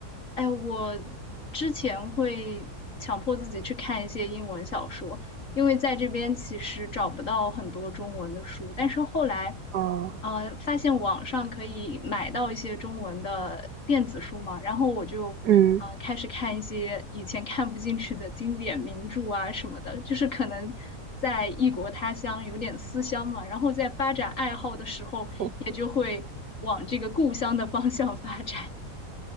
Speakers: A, on the left; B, on the right.
A: 哎，我之前会强迫自己去看一些英文小说，因为在这边其实找不到很多中文的书。但是后来，
B: 哦，
A: 呃，发现网上可以买到一些中文的电子书嘛，然后我就呃开始看一些以前看不进去的经典名著啊什么的，
B: 嗯。
A: 就是可能在异国他乡有点思乡嘛，然后在发展爱好的时候，
B: 哦
A: 也就会往这个故乡的方向发展。